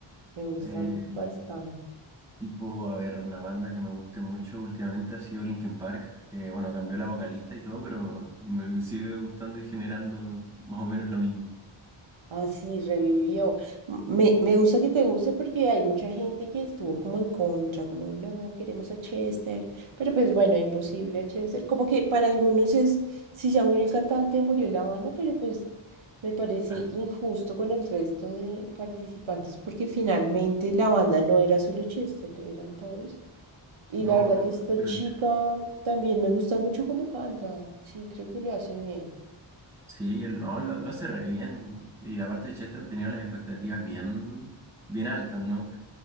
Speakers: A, on the right; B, in the centre.
A: Me gustan
B: Eh,
A: bastante.
B: tipo, a ver, una banda que me guste mucho últimamente ha sido Linkin Park, que bueno, cambió la vocalista y todo, pero me, me sigue gustando y generando más o menos lo mismo.
A: Así revivió. M- Me, me gusta que te guste porque hay mucha gente que estuvo como en contra, como no, queremos a Chester, pero pues bueno, imposible a Chester. Como que para algunos es, si ya murió el cantante, murió la banda, pero pues me parece
B: Claro.
A: injusto con el resto de participantes porque finalmente la banda no era solo Chester, eran todos. Y
B: No,
A: la verdad
B: no,
A: que
B: efectivamente.
A: esta chica también me gusta mucho cómo canta. Sí, creo que lo hace bien.
B: sí, él no, lo, lo hace re bien. Y aparte Chester tenía las expectativas bien, bien altas, ¿no?